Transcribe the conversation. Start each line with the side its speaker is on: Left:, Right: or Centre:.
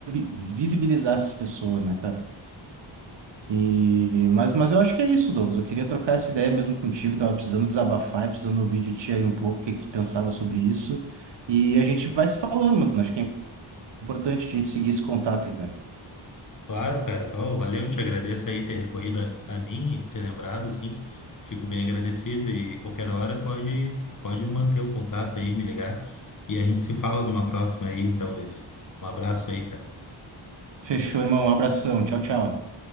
Right: visibilizar essas pessoas, né, cara? E, mas, mas eu acho que é isso, Douglas. Eu queria trocar essa ideia mesmo contigo. Tava precisando desabafar e precisando ouvir de ti aí um pouco o que que tu pensava sobre isso. E a gente vai se falando, mano. Acho que é importante a gente seguir esse contato aí, cara.
Left: Claro, cara. Pô, valeu, te agradeço aí ter recorrido a, a mim e ter lembrado, assim. Fico bem agradecido e qualquer hora pode, pode manter o contato aí, me ligar. E a gente se fala numa próxima aí, então, Luiz. Um abraço aí, cara.
Right: Fechou, irmão. Um abração. Tchau, tchau.